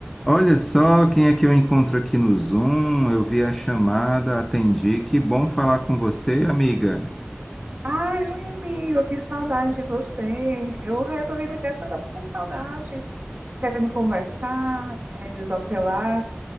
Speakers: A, in the centre; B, on the right (about 40°).
A: Olha só quem é que eu encontro aqui no Zoom. Eu vi a chamada, atendi. Que bom falar com você, amiga.
B: Ai, oi, amigo, que saudade de você. Eu resolvi ligar porque eu tava com saudade, querendo conversar, é, desapelar.